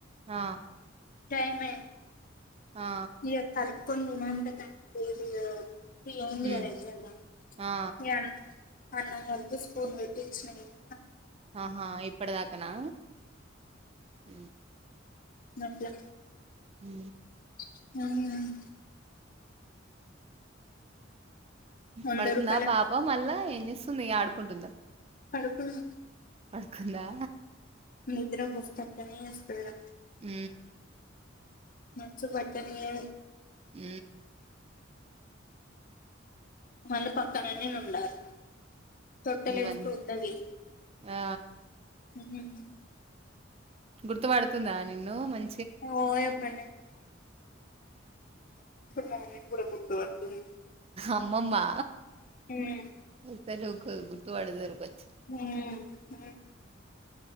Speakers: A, on the right; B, on the left.
A: ఆ
B: త అయ్యింది
A: ఆ
B: ఇగ కలుపుకోని దినేంత టైం లేదుగా త్రీ అయ్యింది
A: ఉమ్
B: కదా ఎగ్జామ్ లో
A: ఆ
B: మీ అన్ అన్నం కలిపి స్పూన్ పెట్టి ఇచ్చినా నేను
A: ఆహా ఇప్పడి దాక నా ఊ
B: మట్ల
A: హ
B: <unintelligible> వంద
A: పడుకుందా
B: రూపాయలకి
A: పాపం మళ్ళా ఇం ఇస్సుంది ఆడుకుంటుందా
B: పడుకున్నా
A: పడుకుందా
B: నిద్రకు వస్తే అట్టనే ఏస్తదిరా
A: ఊ
B: మంచు బట్టనియ్యదు
A: ఊ
B: మళ్ళ పక్కన నేను ఉండాలి తొట్టల
A: మం
B: ఏస్తే ఉత్తది
A: ఆ
B: ఊ
A: గుర్తుబడుతుందా నిన్ను మం
B: ఓ య <inaudible> ఇప్పుడు మా మమ్మీని కూడా గుర్తు పడుతుంది
A: అమ్మమ్మా
B: హ్మ్
A: పడుతారు గుర్తు పడుతరు కొం
B: మ్ మ్